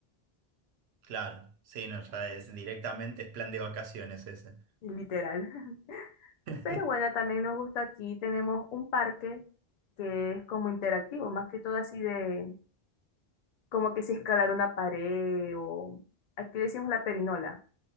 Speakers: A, on the right (about 85°); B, on the left (about 55°).
A: Claro, sí, no, ya es directamente es plan de vacaciones ese.
B: literal. <laughs>
A: <laughs>
B: Pero bueno, también nos gusta aquí, tenemos un parque que es como interactivo, más que todo así de como que si escalar una pared o aquí decimos la perinola,